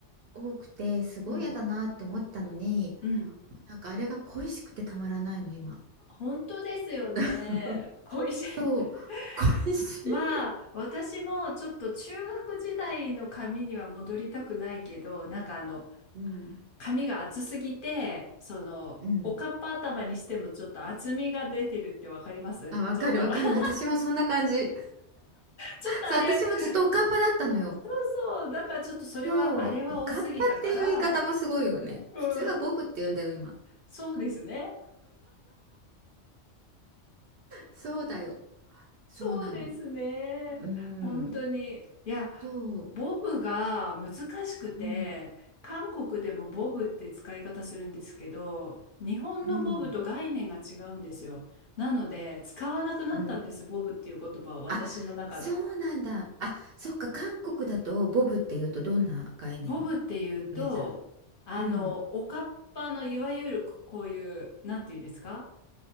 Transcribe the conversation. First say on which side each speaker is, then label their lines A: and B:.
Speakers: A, on the right (about 60°); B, on the left (about 55°).
A: 多くてすごい嫌だなって思ったのに
B: うん、うん。
A: なんかあれが恋しくてたまらないの今
B: 本当ですよね。
A: <laughs>
B: 恋しい。<laughs>
A: そう恋しい
B: まあ、私もちょっと中学時代の髪には戻りたくないけど、なんかあの、
A: うん
B: 髪が厚すぎて、その、
A: うん
B: おかっぱ頭にしてもちょっと厚みが出てるってわかりますちょっと、
A: あわかるわかる私もそんな感じ
B: <laughs> ちょっとあれ、
A: そう私もずっとおかっぱだったのよ
B: そうそう、だからちょっとそれは、
A: そう、
B: あれは多すぎたから、
A: おかっぱっていう言い方もすごいよね。
B: うん、
A: 普通はボブって言うんだよ、今。
B: そうですね。
A: そうだよ。そうなの。
B: そうですね。
A: うん。
B: 本当に。いや、
A: そ
B: ボブが難しくて、
A: う。うん。
B: 韓国でもボブって使い方するんですけど、日本のボブと概念が違うんですよ。
A: うん。
B: なので、使わなくなったんです、
A: うん。
B: ボブっていう言葉を私の中で。
A: あ、そうなんだ。あ、そっか、韓国だとボブっていうとどんな概念、
B: ボブっていうと、
A: イメージなの
B: あの、
A: うん。
B: おかっぱのいわゆるこういう、なんていうんですか